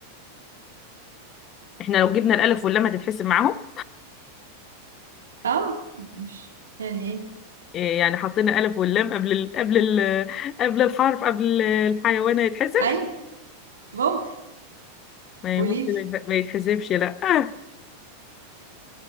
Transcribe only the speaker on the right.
اه مش يعني ايه
ايوه ممكن
قوليلي